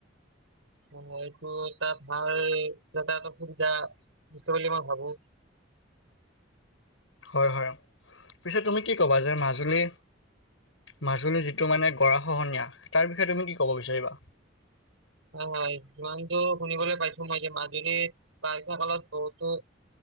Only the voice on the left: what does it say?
হয়, হয়, পিছে তুমি কি ক'বা যে মাজুলী- মাজুলী যিটো মানে গৰা খহনীয়া তাৰ বিষয়ে তুমি কি ক'ব বিচাৰিবা?